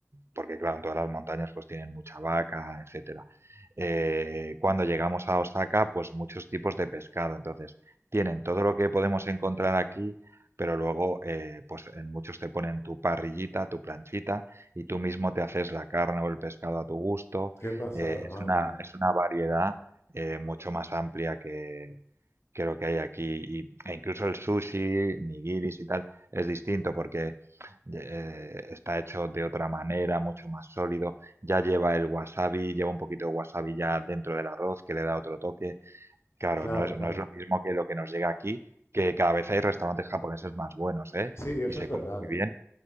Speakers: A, on the right (about 60°); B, on the left (about 60°).
A: porque claro, en todas las montañas pues tienen mucha vaca, etcétera. Eh, cuando llegamos a Osaka, pues muchos tipos de pescado. Entonces, tienen todo lo que podemos encontrar aquí, pero luego, eh, pues en muchos te ponen tu parrillita, tu planchita, y tú mismo te haces la carne o el pescado a tu gusto.
B: qué pasada,
A: Eh, es
B: madre
A: una,
B: mía.
A: es una variedad eh, mucho más amplia que, que lo que hay aquí. Y- e incluso el sushi, nigiris y tal, es distinto porque eh, está hecho de otra manera, mucho más sólido. Ya lleva el wasabi, lleva un poquito de wasabi ya dentro del arroz que le da otro toque. Claro,
B: Claro,
A: no es,
B: claro.
A: no es lo mismo que lo que nos llega aquí, que cada vez hay restaurantes japoneses más buenos, ¿eh?
B: Sí, eso
A: Y se
B: es
A: comen
B: verdad,
A: muy bien.
B: ¿eh?